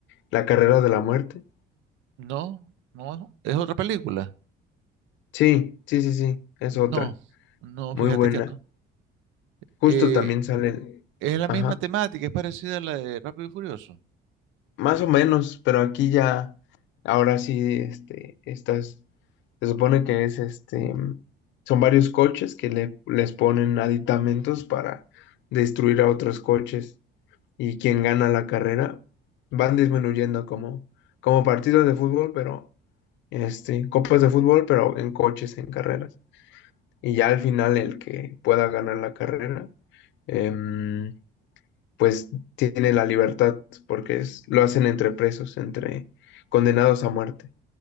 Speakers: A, on the left; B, on the right.
A: la carrera de la muerte.
B: No, no, es otra película.
A: Sí, sí, sí, sí, es otra.
B: No, no,
A: Muy
B: fíjate
A: buena.
B: que no.
A: Justo
B: Eh,
A: también salen,
B: Es la misma
A: ajá,
B: temática, es parecida a la de Rápido y Furioso.
A: más o menos, pero aquí ya, ahora sí, este, estas, se supone que es este, son varios coches que le, les ponen aditamentos para destruir a otros coches y quien gana la carrera van disminuyendo como, como partidos de fútbol, pero, este, copas de fútbol, pero en coches, en carreras. Y ya al final el que pueda ganar la carrera. em, pues tiene la libertad porque es, lo hacen entre presos, entre condenados a muerte.